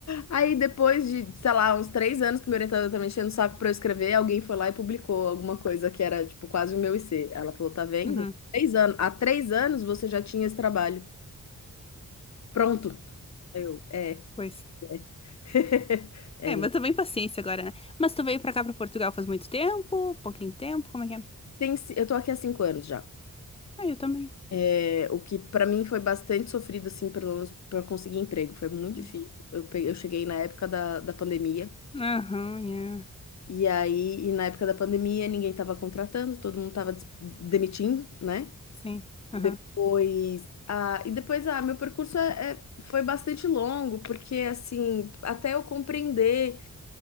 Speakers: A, on the left; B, on the left.
A: Aí depois de, sei lá, uns três anos que meu orientador tá enchendo o saco pra eu escrever, alguém foi lá e publicou alguma coisa que era, tipo, quase o meu IC. Ela falou, tá vendo?
B: uhum,
A: Três anos. Há três anos você já tinha esse trabalho. Pronto. Aí Eu, é.
B: pois.
A: É, <laughs> É,
B: É,
A: né?
B: mas também paciência agora, né? Mas tu veio pra cá, pra Portugal, faz muito tempo? Pouquinho tempo? Como é que é?
A: Tem, ci- eu tô aqui há cinco anos já.
B: Ah, eu também.
A: É, o que pra mim foi bastante sofrido, assim, pelo menos pra conseguir emprego. Foi muito
B: Hum.
A: difícil. Eu, pe- eu cheguei na época da, da pandemia.
B: Aham, yeah.
A: E aí, e na época da pandemia, ninguém tava contratando, todo mundo tava des- demitindo, né?
B: Sim.
A: Depois,
B: Aham.
A: ah, e depois, ah, meu percurso é, é- foi bastante longo, porque, assim, até eu compreender,